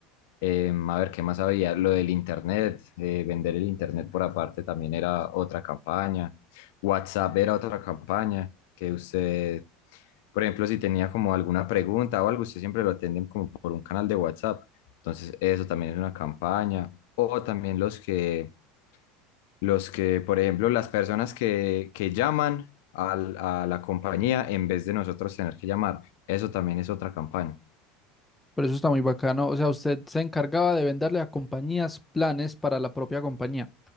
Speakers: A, on the left (about 70°); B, in the centre.
A: Em, a ver, ¿qué más había? Lo del internet, eh, vender el internet por aparte también era otra campaña. WhatsApp era otra campaña que usted, por ejemplo, si tenía como alguna pregunta o algo, usted siempre lo atienden como por un canal de WhatsApp. Entonces, eso también es una campaña. O también los que, los que, por ejemplo, las personas que, que llaman al- a la compañía en vez de nosotros tener que llamar, eso también es otra campaña.
B: Pero eso está muy bacano. O sea, usted se encargaba de venderle a compañías planes para la propia compañía.